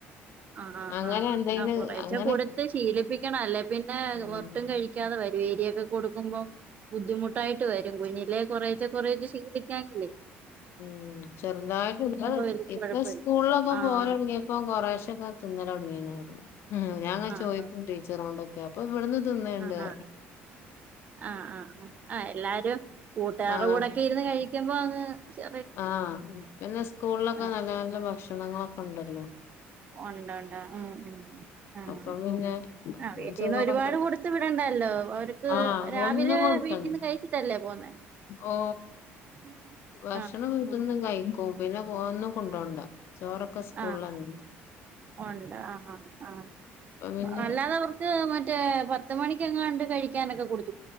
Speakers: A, on the right (about 35°); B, on the left (about 60°).
A: ആണോ
B: അങ്ങനെ എന്തെങ്കിലും
A: ഹാ കുറേച്ചെ
B: അങ്ങനെ
A: കൊട്ത്ത് ശീലിപ്പിക്കണം അല്ലേ പിന്നെ
B: ഉം
A: ഒട്ടും കഴിക്കാതെ വരും എരിയെക്കെ കൊടുക്കുമ്പോം ബുദ്ധിമുട്ടായിട്ട് വരും കുഞ്ഞിലേ കൊറേചെ കൊറേചെ ശീലി ക്ക്യാകിലേ
B: ഉം ചെറുതായിട്ട് ഇപ്പ
A: വല്യ
B: ഇപ്പൊ
A: കൊഴപ്പല്ല
B: സ്കൂളിലൊക്കെ
A: ആഹ്
B: പോവലൊടങ്ങിയപ്പോ കൊറേശെ ഒക്കെ തിന്നല് തൊടങ്ങീന് അറഞ് ഹും ഞാങ്ങ
A: ആഹ്
B: ചോയ്ക്കും ടീച്ചറോണ്ടൊക്കെ അപ്പൊ ഇവിടുന്ന് തിന്ന്ണ്ട്
A: ആഹ്
B: പറിം.
A: ആഹ് ആഹ് ആഹ് ആ ആഹ് എല്ലാരും കൂട്ടുകാരെ
B: ആഹ്
A: കൂടെക്കെ ഇരുന്ന് കഴിക്കുമ്പോ അങ്ങ് ചെ
B: ആഹ് പിന്നെ സ്കൂളിലൊക്കെ
A: ആഹ്
B: നല്ല നല്ല ഭക്ഷണങ്ങളൊക്കെ ഇണ്ടല്ലോ.
A: ഒണ്ടുണ്ട് ഉം ഉം ആഹ്
B: അപ്പൊ പിന്നെ
A: ആ വീട്ടീന്ന്
B: ചോറൊക്കെ
A: ഒരുപാട് കൊടുത്ത് വിടണ്ടല്ലോ <unintelligible> അവർക്ക്
B: ആഹ്
A: രാവിലെ
B: ഒന്നും കൊടുക്കണ്ട
A: വീട്ടിൽന്ന് കഴിച്ചിട്ടല്ലേ പോന്നേ?
B: ഓ
A: <inaudible>
B: ഭക്ഷണം വീട്ടന്ന് കഴിക്കും. പിന്നെ ഒന്നും കൊണ്ടോണ്ട. ചോറൊക്കെ സ്കൂളിലണ്.
A: ആഹ് ഉണ്ട് ആ ആഹ് ആ
B: അപ്പൊ പിന്നെ
A: അല്ലാതെ അവർക്ക് മറ്റേ പ പത്ത് മണിക്കെങ്ങാണ്ട് കഴിക്കാനൊക്കെ കൊടുത്ത്,